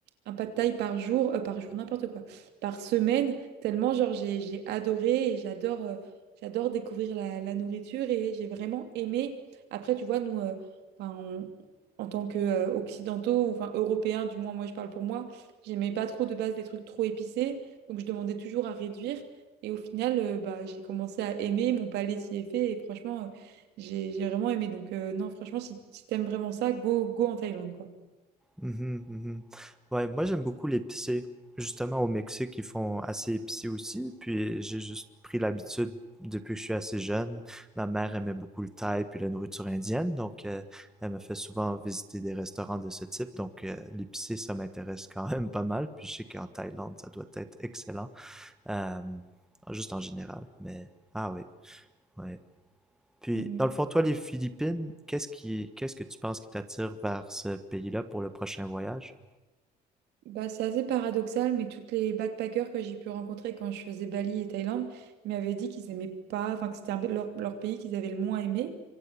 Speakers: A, on the right; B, in the centre.
A: un pad thaï par jour, euh, par jour, n'importe quoi, par semaine, tellement genre j'ai j'ai adoré et j'adore euh, j'adore découvrir la, la nourriture et j'ai vraiment aimé. Après, tu vois, nous. Enfin, on- en tant que euh, occidentaux, ou, enfin européens, du moins moi je parle pour moi, j'aimais pas trop de base des trucs trop épicés, donc je demandais toujours à réduire. Et au final, euh, bah, j'ai commencé à aimer, mon palais s'y est fait, et franchement, euh, j'ai j'ai vraiment aimé. Donc euh, non, franchement, si, si t'aimes vraiment ça, go, go en Thaïlande, quoi.
B: Mhm, mhm. Ouais, moi j'aime beaucoup l'épicé. Justement, au Mexique, ils font assez épicé aussi. Puis j'ai juste pris l'habitude depuis que je suis assez jeune. Ma mère aimait beaucoup le thaï puis la nourriture indienne. Donc euh, elle me fait souvent visiter des restaurants de ce type. Donc euh, l'épicé, ça m'intéresse quand même pas mal. Puis je sais qu'en Thaïlande, ça doit être excellent. Euh, juste en général. Mais ah oui, ouais. Puis
A: Mm.
B: dans le fond, toi, les Philippines, qu'est-ce qui, qu'est-ce que tu penses qui t'attire vers ce pays-là pour le prochain voyage?
A: Bah, c'est assez paradoxal, mais toutes les backpackers que j'ai pu rencontrer quand je faisais Bali et Thaïlande, ils m'avaient dit qu'ils aimaient pas, enfin que c'était un peu leur, leur pays qu'ils avaient le moins aimé.